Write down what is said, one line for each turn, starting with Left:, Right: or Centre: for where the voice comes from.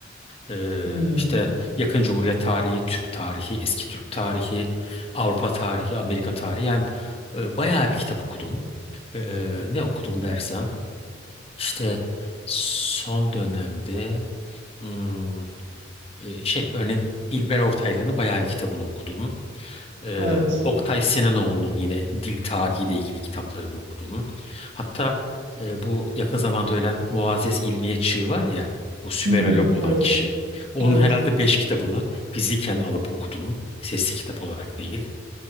Left: Ee,
Right: Hmm.
Left: işte yakın Cumhuriyet tarihi, Türk tarihi, eski Türk tarihi, Avrupa tarihi, Amerika tarihi. Yani e, bayağı bir kitap okudum. Ee, ne okudum dersen işte son dönemde hmm, e, şey örneğin İlber Ortaylı'nın bayağı bir kitabını okudum. E,
Right: Evet.
Left: Oktay Sinanoğlu'nun yine dil tarihiyle ilgili kitaplarını okudum. Hatta e, bu yakın zamanda ölen Muazzez İlmiye Çığ var ya bu Sümerolog
Right: Hmm,
Left: olan
Right: evet,
Left: kişi. Onun
Right: evet.
Left: herhalde beş kitabını fiziken alıp okudum. Sesli kitap olarak değil.